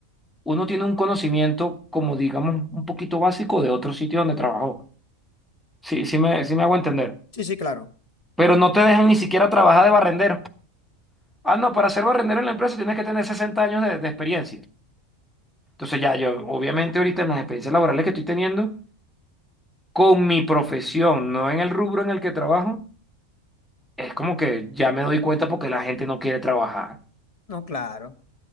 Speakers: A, in the centre; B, on the left (about 30°).
A: uno tiene un conocimiento como digamos un poquito básico de otro sitio donde trabajó. Sí, sí me, sí me hago entender.
B: Sí, sí, claro.
A: Pero no te dejan ni siquiera trabajar de barrendero. Ah, no, para ser barrendero en la empresa tienes que tener 60 años de, de experiencia. Entonces ya yo, obviamente ahorita en las experiencias laborales que estoy teniendo, con mi profesión, no en el rubro en el que trabajo, es como que ya me doy cuenta porque la gente no quiere trabajar.
B: No, claro.